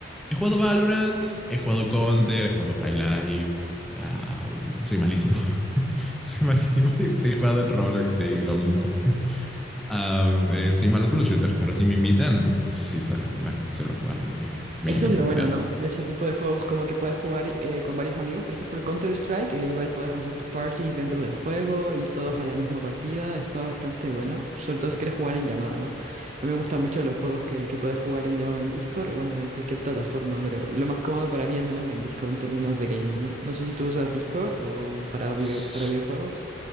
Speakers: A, in the centre; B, on the right.
A: He jugado Valorant, he jugado Counter, he jugado High Life. ah, soy malísimo. <laughs> Soy malísimo. Estoy jugando en Roblox, sí, lo mismo. Ah, eh, soy malo con los shooters, pero si me invitan, pues sí, suelo jugar. Suelo jugar lo que me
B: Eso
A: llegan
B: es
A: a
B: lo
A: invitar.
B: bueno, ¿no? De ese tipo de juegos, como que puedes jugar eh, con varios amigos. Por ejemplo, el Counter-Strike, eh, igual puedes hacer tus parties dentro del juego, ir todos a la misma partida. Está bastante bueno, sobre todo si quieres jugar en llamada, ¿no? A mí me gustan mucho los juegos que, que puedes jugar en llamada en Discord, o bueno, en cualquier plataforma, pero lo más cómodo para mí, al menos en Discord, en términos de gaming, ¿no? No sé si tú usas Discord o para
A: Sí,
B: video, para videojuegos.